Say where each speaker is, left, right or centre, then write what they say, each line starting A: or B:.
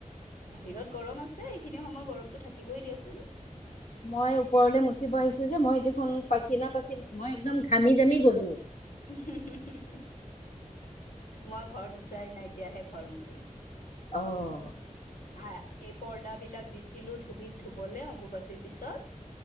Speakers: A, on the left; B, on the left.
A: বাহিৰত গৰম আছে এইখিনি সময় গৰমতটো থাকিবই দিয়াচোন
B: মই ওপৰলৈ মুচিব আহিছো যে মই দেখোন পাচিনা পাচি মই একদম ঘামি জামি গলো
A: <unintelligible> মই ঘৰ মুচাই নাই এতিয়াহে ঘৰ মোচিম
B: অঁ
A: আহ এই পৰ্দ বিলাক দিছিলো ধুবিত ধুবলে অম্বুবাচীৰ পিছত